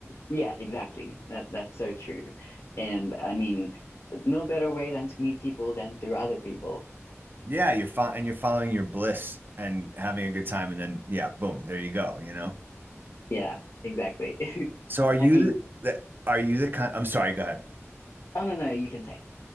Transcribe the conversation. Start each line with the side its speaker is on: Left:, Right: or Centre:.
Left: yeah, exactly. That that's so true. And I mean, no better way than to meet people than through other people.
Right: Yeah, you're fo and you're following your bliss and having a good time, and then yeah, boom, there you go, you know?
Left: Yeah, exactly. <laughs>
Right: So are you
Left: I mean,
Right: the, the- are you the kind, I'm sorry, go ahead.
Left: oh no, no, you can say